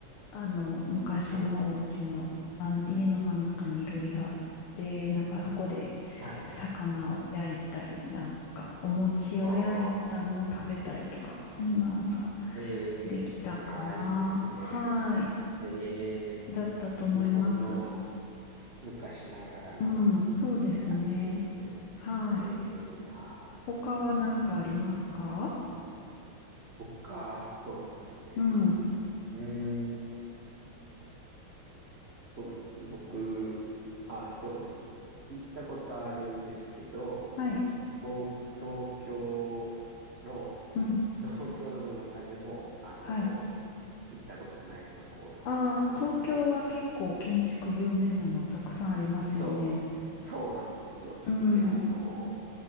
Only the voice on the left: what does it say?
あの、昔のお家の、
あの、家の真ん中にいろりがあって、なんかそこで
魚を焼いたり、なんかお餅を焼いたのを食べたりとか、
そんなんが
できたかな。
はい。
だったと思います。
うん、そうですね。
はい。
他は何かありますか
うん。
はい。
うん。
はい。
ああ、
東京は結構建築有名なのたくさんありますよね。
うん。